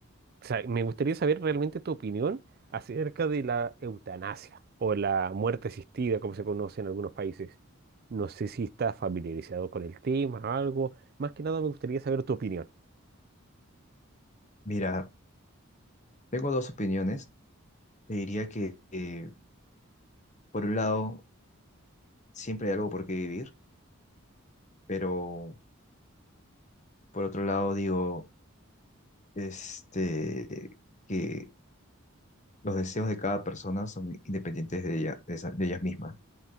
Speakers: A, on the right (about 45°); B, on the left (about 35°).
A: sa- me gustaría saber realmente tu opinión acerca de la eutanasia o la muerte asistida, como se conoce en algunos países. No sé si estás familiarizado con el tema, algo. Más que nada me gustaría saber tu opinión.
B: Mira, tengo dos opiniones. Te diría que, eh, por un lado, siempre hay algo por qué vivir, pero por otro lado, digo, este, que los deseos de cada persona son independientes de ella, de esa- de ellas mismas.